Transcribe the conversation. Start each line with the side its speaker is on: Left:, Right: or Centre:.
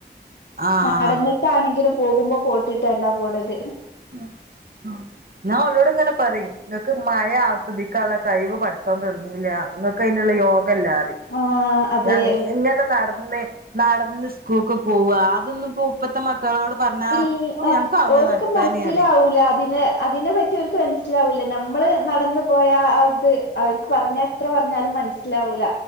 Right: ആഹ്
Left: നടന്ന്ട്ടാണെങ്കിലും പോകുമ്പോ കോട്ട്ട്ടാണ്ടാ പോണത്
Right: ആഹ് ആഹ് ഞാൻ ഓലോട് ഇങ്ങനെ പറിം ഇങ്ങക്ക് മഴ ആസ്വദിക്കാള്ള കഴിവ് പട് ച്ചോൻ തന്നീല്ലാ ഇങ്ങക്ക് അയ്ന്ള്ള യോഗല്ലാറിം
Left: ആഹ് അതെ
Right: ആഹ് ഇ ഇങ്ങനെ നടന്ന് നടന്ന് സ്കൂക്ക് പോവാ അതൊന്നും പ്പൂ ഇപ്പത്തെ മക്കളോട് പറഞ്ഞാ
Left: ഇല്ൽ
Right: ഓ
Left: ആഹ്
Right: ഞങ്ങക്കാവൂല
Left: ഓര്ക്ക്
Right: നടക്കാന്
Left: മനസ്സിലാവൂല
Right: പറയും
Left: അതിനെ അതിനെ പറ്റി ഓര്ക്ക് മൻ സിലാവൂല്ല നമ്മള് നടന്ന പോയ ആഹ് ത് അവർക്ക് പറഞ്ഞ എത്ര പറഞ്ഞാലും മനസ്സിലാവൂല